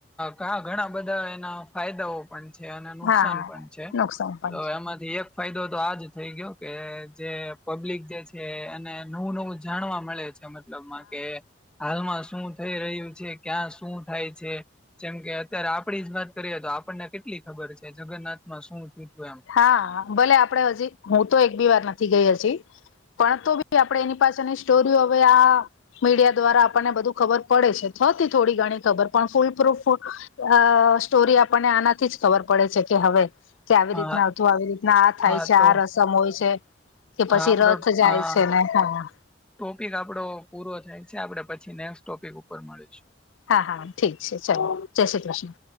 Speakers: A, in the centre; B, on the left.
A: કા ઘણા બધા એના ફાયદાઓ પણ છે અને નુકસાન
B: હા
A: પણ છે.
B: નુકસાન પણ
A: તો એમાં એક ફાયદો તો આ જ થઈ ગયો કે જે પબ્લિક જે છે એને નવું નવું જાણવા મળે છે મતલબમાં કે, હાલમાં શું થઈ રહ્યું છે. ક્યાં શું થાય છે? જેમ કે, અત્યારે આપડી જ વાત કરીએ તો આપણને કેટલી ખબર છે જગન્નાથમાં શું થયુંતું એમ.
B: હા, ભલે આપડે હજી હું તો એક બી વાર નથી ગઈ હજી પણ તો બી આપ આપણે એની પાસેની સ્ટોરીઓ હવે આ મીડિયા દ્વારા આપણને બધું ખબર પડે છે, હતી થોડી ઘણી ખબર પણ ફૂલ પ્રૂફ અ સ્ટોરી આપણને આનાથી જ ખબર પડે છે કે, હવે કે આવી
A: હા
B: રીતના અતું આવી રીતના આ થાય
A: હા
B: છે આ
A: તો
B: રસમ હોય છે કે પછી
A: આપડો
B: રથ જાય
A: આ
B: છે ને, હા.
A: ટોપિક આપડો પૂરો થાય છે. આપડે પછી નેક્સ્ટ ટોપિક ઉપર મળીશું.
B: હા હા હા ઠીક છે ચલો. જય શ્રી કૃષ્ણ.